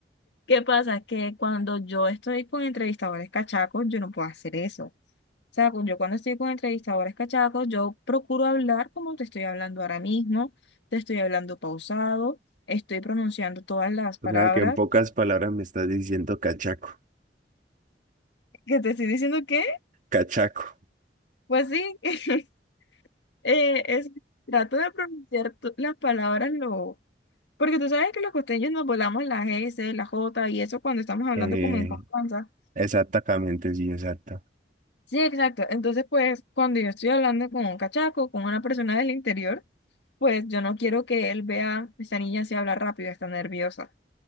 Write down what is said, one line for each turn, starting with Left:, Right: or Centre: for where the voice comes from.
Left: ¿Qué pasa? Que cuando yo estoy con entrevistadores cachacos, yo no puedo hacer eso. O sea, cu- yo cuando estoy con entrevistadores cachacos, yo procuro hablar como te estoy hablando ahora mismo, te estoy hablando pausado, estoy pronunciando todas las palabras
Right: O sea, que en pocas palabras me estás diciendo cachaco.
Left: <laughs> que te estoy diciendo que,
Right: Cachaco.
Left: pues sí. <laughs> Eh, es, trato de pronunciar to- las palabras lo... Porque tú sabes que los costeños nos volamos las S, la J y eso cuando estamos hablando
Right: Eh,
Left: como en confianza.
Right: exactamente, sí, exacto.
Left: Sí, exacto. Entonces, pues, cuando yo estoy hablando con un cachaco, con una persona del interior, pues yo no quiero que él vea, esta niña se habla rápido, está nerviosa.